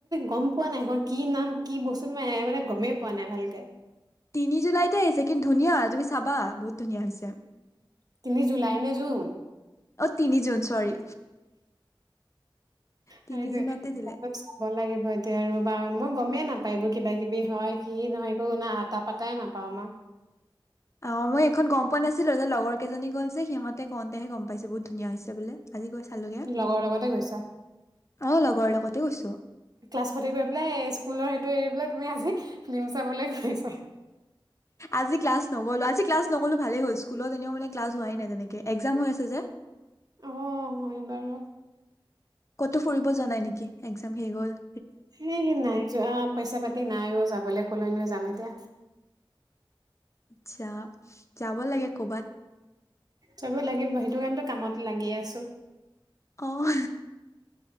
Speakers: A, on the right; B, on the left.
A: গম পোৱা নাই এইখন কি নাম? কি বস্তু ম মানে গমেই পোৱা নাই ভালকে।
B: তিনি জুলাইতে আহিছে, কি ধুনীয়া। তুমি চাবা বহুত ধুনীয়া হৈছে।
A: তিনি জুলাই নে জুন?
B: অ তিনি জুন চৰি তিনি
A: সেইটোয়ে
B: জুনতে দিলে
A: অলপ চাব লাগিব। এতিয়া আৰু বা মই। গমেই নাপায় এইবোৰ কিবা কিবি হয় কি নহয় একো আটা পাতাই নাপাওঁ আমাৰ
B: অ মই এইখন গম পোৱা নাছিলো ৰ এ লগৰ কেইজনী গ'ল যে সিহঁতে কওঁতেহে গম পাইছো বহুত ধুনীয়া হৈছে বোলে আজি গৈ চালোগে
A: লগৰ লগতে গৈছা
B: অ লগৰ লগতে গৈছো
A: ক্লাছ খতি কৰি পেলাই স্কুলৰ স এৰি পেলাই তুমি আজি ফিল্ম চাবলৈ গৈছা
B: আজি ক্লাছ নগলো আজি ক্লাছ নগলো ভালেই হ'ল স্কুলত এনেও মানে ক্লাছ হোৱাই নাই তেনেকে এক্সাম হৈ আছে যে
A: অ হয় বাৰু
B: ক'তো ফুৰিব জোৱা নাই নেকি এক্সাম শেষ গ'ল
A: সেইহ নাই যোৱা পইচা পাতি নাইও যাবলৈ ক'লে নো যাম এতিয়া
B: আচছা যাব লাগে কৰ'বাত
A: চাবো লাগিব সেইটো কাৰণে কামত লাগি আছো
B: অহ